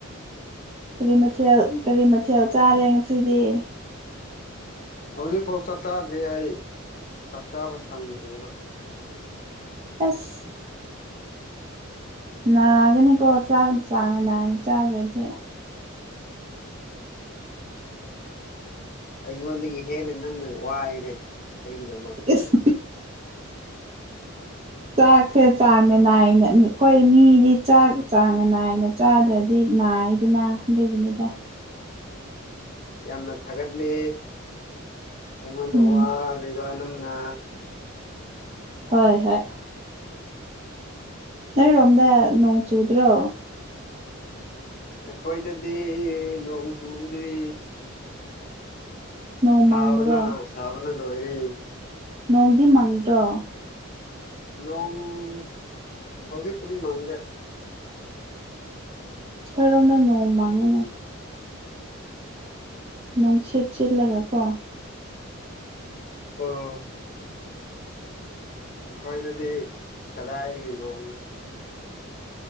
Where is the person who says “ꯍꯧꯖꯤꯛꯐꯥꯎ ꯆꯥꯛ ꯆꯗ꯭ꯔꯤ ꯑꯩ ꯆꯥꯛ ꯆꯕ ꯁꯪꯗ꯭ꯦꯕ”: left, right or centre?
Left